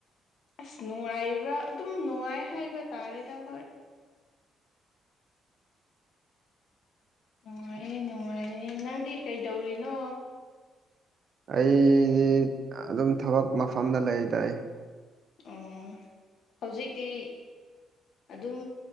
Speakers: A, on the left; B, on the right.
A: ꯑꯁ ꯅꯨꯡꯉꯥꯏꯕ꯭ꯔꯥ ꯑꯗꯨꯝ ꯅꯨꯡꯉꯥꯏ ꯍꯥꯏꯕ ꯇꯥꯔꯦꯗ ꯑꯈꯣꯏ ꯅꯨꯡꯉꯥꯏꯌꯦ ꯅꯨꯡꯉꯥꯏꯌꯦ ꯅꯪꯗꯤ ꯀꯩꯗꯧꯔꯤꯅꯣ
B: ꯑꯩ ꯑꯗꯨꯝ ꯊꯕꯛ ꯃꯐꯝꯗ ꯂꯩꯌꯦꯗ ꯑꯩ
A: ꯑꯣ ꯍꯧꯖꯤꯛꯇꯤ ꯑꯗꯨꯝ